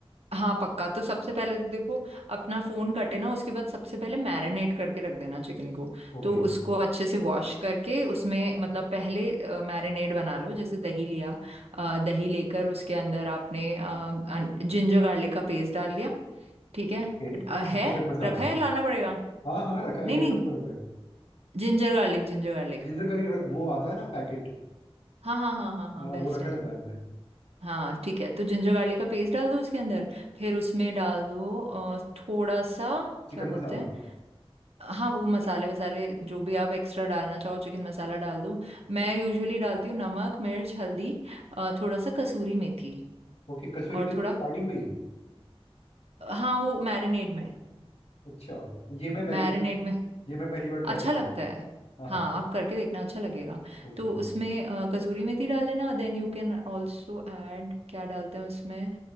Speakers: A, on the right (about 75°); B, on the left (about 75°).
A: हाँ पक्का तो सबसे पहले तो देखो अपना फोन कटे ना उसके बाद सबसे पहले मैरिनेट करके रख देना चिकन को
B: ओके
A: तो उसको अच्छे से वॉश करके उसमें मतलब पहले मैरिनेट बना लो जैसे दही लिया अ, दही लेकर उसके अंदर आपने जिंजर गार्लिक का पेस्ट डाल लिया ठीक है
B: ओके
A: अ, है
B: अब चिकन मसाला
A: रखा है लाना पड़ेगा
B: हाँ हाँ रखा है
A: नहीं
B: ये
A: नहीं
B: सब तो रखा है
A: जिंजर गार्लिक जिंजर गार्लिक
B: जिंजर करी र- वो आता है ना पैकेट
A: हाँ हाँ हाँ हाँ हाँ
B: हाँ
A: बेस्ट
B: वो रखा
A: है
B: रहता है हमने
A: हाँ ठीक है तो जिंजर गार्लिक का पेस्ट डाल दो उसके अंदर फिर उसमें डाल दो अ, थोड़ा सा
B: चिकन
A: क्या बोलते
B: मसाला
A: हैं हाँ वो मसाले वसाले जो भी आप एक्स्ट्रा डालना चाहो चिकन मसाला डाल दो मैं यूजुअली डालती हूँ नमक मिर्च हल्दी अ, थोड़ा सा कसूरी मेथी
B: ओके कसूरी
A: और
B: मेथी
A: थोड़ा
B: स्टार्टिंग में ही
A: हाँ वो मैरिनेड में
B: अच्छा ये मैं पहली
A: मैरिनेड
B: बार
A: में
B: ये मैं पहली बार ट्राई
A: अच्छा
B: करूँगा
A: लगता है हाँ
B: हाँ
A: आप करके देखना अच्छा लगेगा
B: ओके
A: तो उसमें अ, कसूरी मेथी डाल लेना Then you can also add क्या डालते हैं उसमें